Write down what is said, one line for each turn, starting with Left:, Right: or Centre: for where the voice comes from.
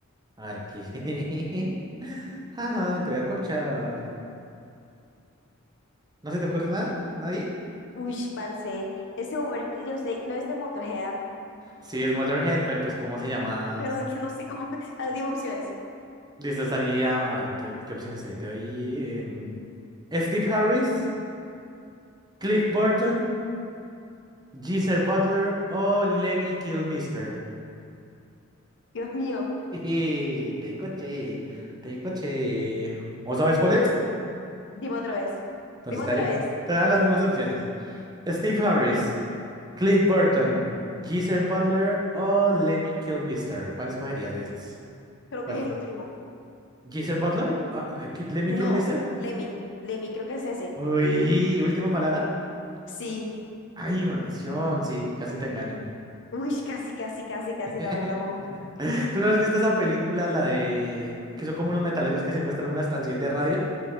Right: A ver, ¿qué? <laughs> Ajá, te voy a corchar. ¿No se te ocurre nada? ¿Nadie?
Left: Uy, parce. Ese overkill, yo sé, no es de Motorhead,
Right: Sí, es Motorhead, pero pues, ¿cómo se llama?
Left: pero de aquí no sé cómo. <laughs> Ah, dime opciones.
Right: Listo, estaría. A ver, te- ¿qué opciones hay? Te doy. em, Steve Harris, Cliff Burton, Geezer Butler o Lemmy Kilmister.
Left: Dios mío.
Right: Jeje, <laughs> Te coché, te coché. ¿O sabes cuál es?
Left: Dime otra vez.
Right: Entonces
Left: Dime
Right: estaría-
Left: otra vez.
Right: te da las mismas opciones. Steve Harris, Cliff Burton, Geezer Butler o Lemmy Kilmister. ¿Cuál escogerías de esos?
Left: Creo
Right: ¿Cuál?
Left: que es el último.
Right: ¿Geezer Butler? Ah, eh, Ki- ¿Lemmy
Left: No.
Right: Kilmister?
Left: Lemmy. Lemmy, creo que es ese.
Right: Uy, última palabra.
Left: Sí,
Right: Ay, maldición, sí, casi te engaño.
Left: uy, casi, casi, casi, casi,
Right: <laughs>
Left: la verdad no,
Right: ¿Tú no has visto esa película, la de que son como unos metaleros que secuestran una estación de radio?